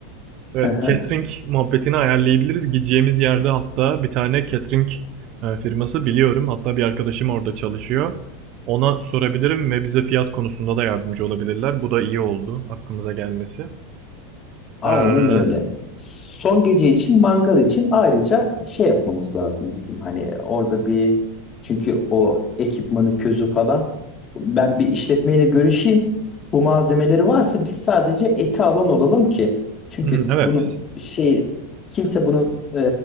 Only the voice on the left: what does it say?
<laughs>
Aynen
öyle. Son gece için mangal için ayrıca şey yapmamız lazım bizim hani orada bir çünkü o ekipmanı közü falan ben bir işletmeyle görüşeyim. Bu malzemeleri varsa biz sadece eti alan olalım ki. Çünkü
bunun şey kimse bunun e,